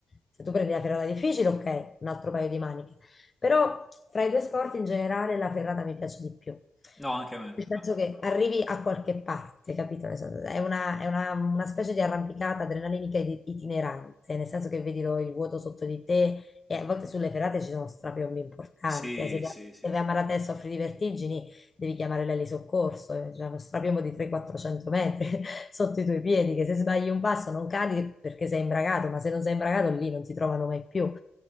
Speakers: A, on the left; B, in the centre.
A: Se tu prendi la ferrata difficile, ok, un altro paio di maniche. Però fra i due sport in generale la ferrata mi piace di più.
B: No, anche a me.
A: Nel senso
B: Ma
A: che
B: quello
A: arrivi
B: sì.
A: a qualche parte, capito? Nel senso, È una, è una- una specie di arrampicata adrenalinica ed itinerante, nel senso che vedi lo- il vuoto sotto di te e a volte sulle ferrate ci sono strapiombi importanti.
B: Sì,
A: eh. Se vai
B: sì, sì,
A: se vai
B: sì.
A: a Maratè soffri di vertigini, devi chiamare l'eli soccorso, eh, c'è uno strapiombo di 300-400 metri <laughs> sotto i tuoi piedi, che se sbagli un passo non cadi perché sei imbragato, ma se non sei imbragato lì non ti trovano mai più.